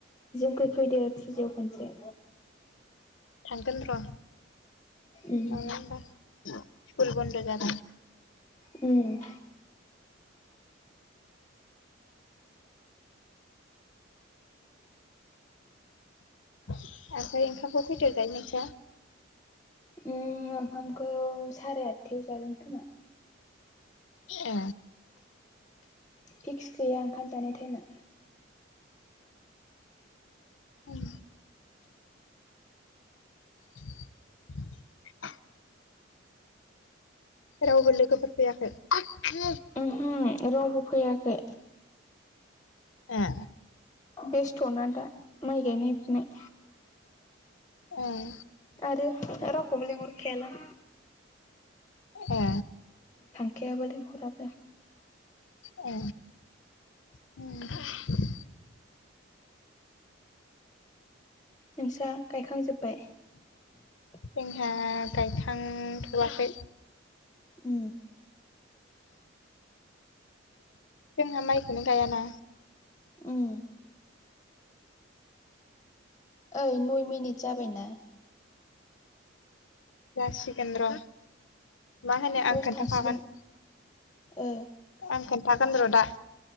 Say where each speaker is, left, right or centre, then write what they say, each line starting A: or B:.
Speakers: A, on the left; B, on the left.
A: जोंखै फैदो फुजायाव खनसे।
B: थांगोन र'
A: उम
B: नङा बा स्कुल बन्द' जाबा।
A: उम
B: ओमफ्राय ओंखामखौ खैथायाव जायो नोंस्रा?
A: ओम ओंखामखौ साराय आठथायाव जागोन खोमा।
B: ए
A: फिक्स गैया ओंखाम जानाय टाइमा।
B: उम। <inaudible> रावबो लोगोफोर फैयाखै? ए
A: ओमहो रावबो फैयाखै।
B: ए
A: बेस्थ'ना दा? माइ गायनाय फुनाय।
B: उम।
A: आरो रावखौबो लेंहर खायालां।
B: ए
A: ग <unintelligible>
B: औ। <unintelligible>
A: नोंसा गायखांजोब्बाय? <unintelligible>
B: जोंहा गायखांथ'आखै।
A: उ।
B: जोंहा माइखौनो गायाना।
A: उम। ओइ नय मिनिट जाबायना?
B: जासिगोन र'। मा होनो
A: दस
B: आं खोन्थाखागोन
A: थांसिगोन ओ
B: आं खोन्थागोन र'दा।